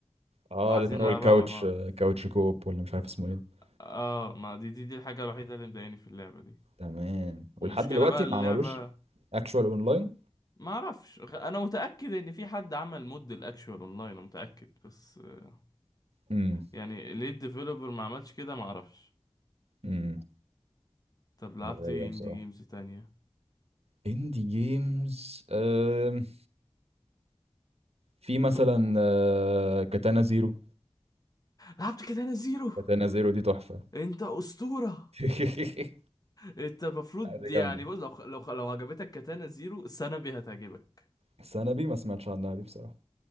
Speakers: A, on the right (about 75°); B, on the left (about 35°).
A: اه
B: لو عايزين
A: لازم
B: نلعبها
A: هو الكاوتش
B: مع بعض
A: كاوتش كوب ولا مش عارف اسمه ايه
B: اه ما دي دي دي الحاجة الوحيدة اللي مضايقاني في اللعبة دي
A: تمام
B: ومشكلة
A: ولحد دلوقتي
B: بقى اللعبة
A: ما عملوش اكشوال اونلاين
B: ما اعرفش غ- انا متأكد ان في حد عمل مود الاكشوال اونلاين انا متأكد بس آه،
A: امم
B: يعني ليه الديفلوبر ما عملش كده ما اعرفش
A: امم
B: طب لعبت
A: غريبة
B: ايه
A: بصراحة
B: اندي جيمز تانية
A: اندي جيمز آم، في مثلا
B: اوه اوه
A: آه، كاتانا زيرو
B: لعبت كده انا زيرو
A: كاتانا زيرو دي تحفة
B: انت اسطورة
A: <laughs>
B: انت المفروض
A: دي جامدة
B: يعني بص لو خ- لو خ- لو عجبتك كاتانا زيرو سنبي هتعجبك
A: بس انا دي ما سمعتش عنها دي بصراحة